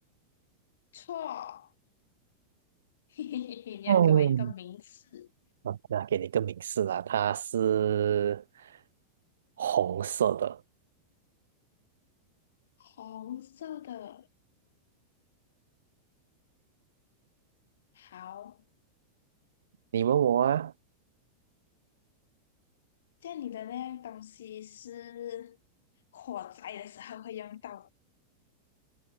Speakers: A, on the left (about 60°); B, on the right (about 65°).
A: 错，<laughs> 嘿嘿嘿嘿，你要给我一个名词，
B: 哦，啊，那给你个明示啦，它是红色的。
A: 红色的。好，
B: 你问我啊，
A: 这样你的那样东西是火灾的时候会用到。